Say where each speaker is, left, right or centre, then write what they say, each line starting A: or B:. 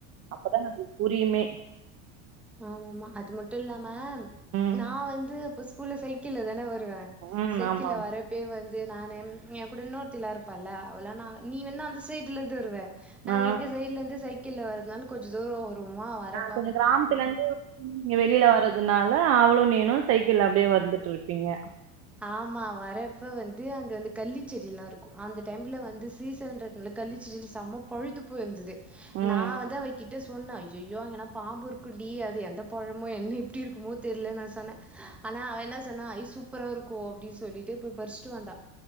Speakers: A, on the right; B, in the centre.
A: அப்தான் நம்ம புரியுமே
B: ஆமா ஆமா அது மட்டும் இல்லாம
A: ம்
B: நான் வந்துப்ப ஸ்கூல்ல சைக்கிள்ல தானே வேன்
A: ம்
B: சைக்கிள்
A: ஆமா
B: வரப்பே வந்து நானே என் கூட நோர்த்தி இருக்கும் ப்பல்ல அவல்லாம் நா நீ வேன்னா அந்த சைட்ல இருந்து வருவேன்
A: ஆமா
B: நான்
A: ஆ
B: எங்க சைட்ல இருந்து சைக்க சைகிள்ள வறதுனால கொஞ்ச தூரம் உமா வரப்போ
A: கொஞ்சம் கிராமத்துல இருந்து வெளியில வர்றதுனால அவளும் நீ சைக்கிள் அப்படியே வந்துட்டு இருப்பீங்க
B: ஆமா வரப்ப வந்து அங்க வந்து கல்லி செடி எல்லாம் இருக்கும் அந்த டைம்ல வந்து சீசன்ன்றதுல கல்லிச்சடியில செம்ம பழுத்து போயிருந்தது
A: ம்
B: நான் வந்து அவகிட்ட சொன்ன ஐயோ அங்கன்னா பாம்பு இருக்குண்டடி அது எந்த பழமோ என்ன எப்படி இருக்குமோ தெரியல நான் சொன்னேன் ஆனா அவன் என்ன சொன்ன ஐசு அப்பு இருக்கும் அப்படின்னு சொல்லிட்டு போய் பறிச்சுட்டு வந்தா